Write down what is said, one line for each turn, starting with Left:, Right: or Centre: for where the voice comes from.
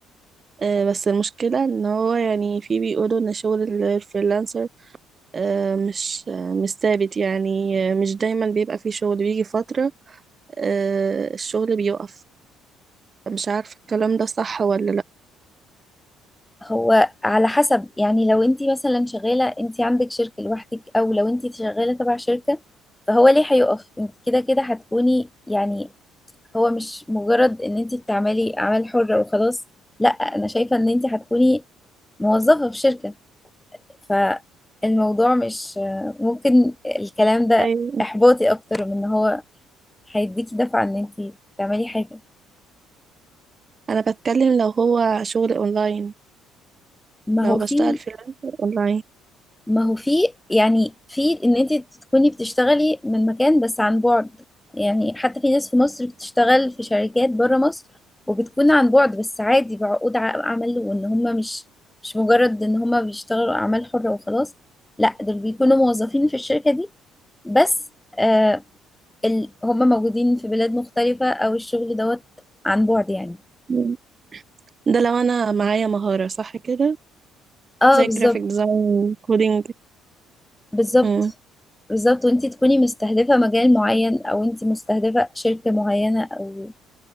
Right: آه، بس المشكلة إن هو يعني في بيقولوا إن شغل ال- الفريلانسر آه، مش آه، مش ثابت يعني آه، مش دايما بيبقى فيه شغل بيجي فترة آه، الشغل بيقف مش عارفة الكلام ده صح ولا لأ
Centre: هو على حسب يعني لو انت مثلا شغالة انت عندك شركة لوحدك او لو انت شغالة تبع شركة فهو ليه هيقف انت كده كده هتكوني يعني هو مش مجرد ان انت بتعملي اعمال حرة وخلاص لا انا شايفة ان انت هتكوني موظفة في شركة فالموضوع مش ممكن الكلام ده
Right: ايوه
Centre: احباطي اكتر من ان هو هيديكي دفعة ان انت تعملي حاجة
Right: أنا بتكلم لو هو شغل أونلاين
Centre: ما
Right: لو
Centre: هو في
Right: بشتغل فريلانسر أونلاين
Centre: ما هو في يعني في ان انت تكوني بتشتغلي من مكان بس عن بعد يعني حتى في ناس في مصر بتشتغل في شركات بره مصر وبتكون عن بعد بس عادي بعقود ع- عمل وان هم مش مش مجرد ان هم بيشتغلوا اعمال حرة وخلاص لا دول بيكونوا موظفين في الشركة دي بس آه ال... هم موجودين في بلاد مختلفة او الشغل دوت عن بعد يعني
Right: مم. ده لو أنا معايا مهارة صح كده
Centre: اه
Right: زي
Centre: بالظبط
Right: جرافيك ديزاين كودينج
Centre: بالظبط
Right: مم.
Centre: بالظبط وانت تكوني مستهدفة مجال معين او انت مستهدفة شركة معينة او